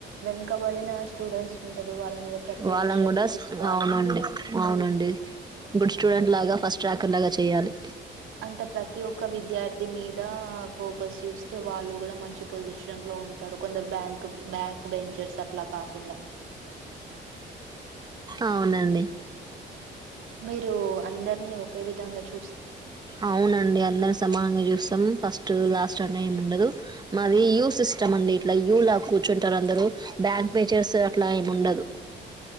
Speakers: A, on the right (about 80°); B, on the right (about 20°).
A: వెనకబడిన స్టూడెంట్స్ ఉంటారు. వాళ్ళ మీద ప్రత్యేక
B: వాళ్ళని
A: శ్రద్ధ
B: కూడా
A: తీసుకోవాలి.
B: అవునండి అవునండి గుడ్ స్టూడెంట్ లాగా, ఫస్ట్ ర్యాకర్ లాగ చెయ్యాలి.
A: అంటే, ప్రతి ఒక్క విద్యార్థి మీద ఫోకస్ చూస్తే వాళ్ళు కూడ మంచి పొజిషన్ లో ఉంటారు కొందరు బ్యాంక్, బ్యాక్ బెంచర్స్ అట్ల కాక్ కుండా
B: అవునండి.
A: మీరు అందరిని ఒకే విధంగా చు
B: అవునండి. అందరు సమానంగా చూస్తాం. ఫస్ట్ లాస్ట్ అని ఏం ఉండదు. మాది యూ సిస్టమ్ అండి. ఇట్లా యూ లాగ కూర్చుంటారు అందరు. బ్యాంక్ బెంచర్స్ అట్ల ఏం ఉండదు.